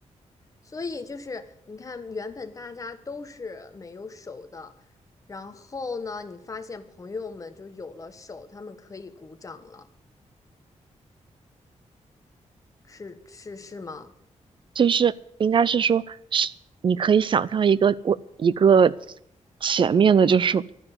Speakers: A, on the left; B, on the right.
A: 所以就是你看，原本大家都是没有手的，然后呢，你发现朋友们就有了手，他们可以鼓掌了，是是是吗？
B: 就是应该是说，是你可以想象一个我一个前面的，就是说